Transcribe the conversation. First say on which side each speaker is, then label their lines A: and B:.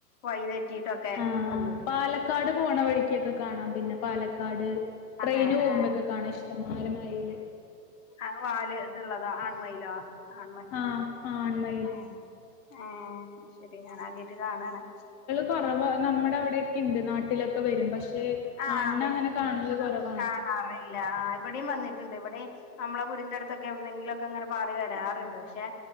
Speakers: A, on the left; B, on the left.
A: വഴി തെറ്റിട്ടൊക്കെ
B: ആഹ്
A: വന്നിട്ട്
B: പാലക്കാട് പോണ വഴിക്ക്ക്കെ കാണാം. പിന്നെ പാലക്കാട്
A: അതെ
B: ട്രെയിന് പോകുമ്പോഴക്കെ
A: ഏഹ്
B: കാണാ ഇഷ്ടം കുമാര മയിൽ
A: ആഹ് വാല് ഇത്ള്ളതാ ആൺമയിലോ, ആൺമ
B: ആഹ് ആ ഹ് ആൺ മ
A: ഏഹ് ഏഹ് അയ് ശരി ഞാൻ ആദ്യയിട്ട് കാണാണ്.
B: കുറവ് നമ്മുടെ അവിടെക്കെ ഉണ്ട്. നാട്ടിലൊക്കെ വരും പക്ഷെ
A: ആഹ്
B: ആണിനെ
A: അതെ
B: അങ്ങനെ കാണല് കൊറവാണ്
A: കാണാറില്ല. ആ അതെ ഇവിടെയും വന്നിട്ടുണ്ട്. ഇവിടെ നമ്മളെ വിടിന്റെ അടുത്തൊക്കെ എവിടുന്നെങ്കിലുംക്കെ ഇങ്ങനെ പറി വരാറുണ്ട് പക്ഷെ